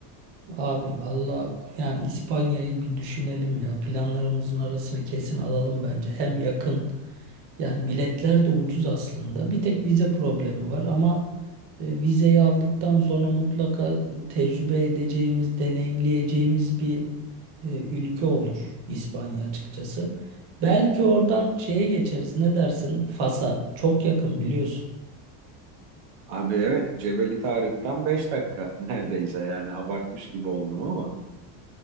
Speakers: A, on the right; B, on the right.
A: Abi valla yani İspanya'yı bir düşünelim ya. Planlarımızın arasına kesin alalım bence. Hem yakın yani biletler de ucuz aslında. Bir tek vize problemi var ama e, vizeyi aldıktan sonra mutlaka tecrübe edeceğimiz, deneyimleyeceğimiz bir e, ülke olur İspanya açıkçası. Belki oradan şeye geçeriz. Ne dersin? Fas'a çok yakın biliyorsun.
B: Abi evet Cebeli Tarık'tan 5 dakika <laughs> neredeyse yani abartmış gibi oldum ama